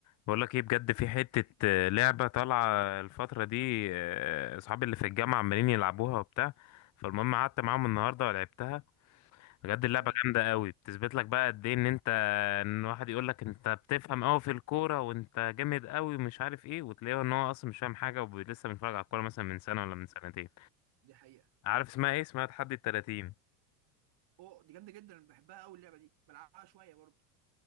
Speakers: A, on the left; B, on the right.
A: بقول لك ايه بجد في حتة آه، لعبة طالعة الفترة دي آه، اصحابي اللي في الجامعة عمالين يلعبوها وبتاع فالمهم قعدت معاهم النهاردة ولعبتها بجد اللعبة
B: اه
A: جامدة قوي بتثبت لك بقى قد ايه ان انت ان واحد يقول لك انت بتفهم قوي في الكورة وانت جامد قوي ومش عارف ايه وتلاقيه ان هو اصلا مش فاهم حاجة ولسه بيتفرج على الكورة مثلا من سنة ولا من سنتين
B: دي حقيقة
A: عارف اسمها ايه اسمها تحدي التلاتين
B: اوه دي جامدة جدا أنا بحبها أوي اللعبة دي بلعبها شوية برضو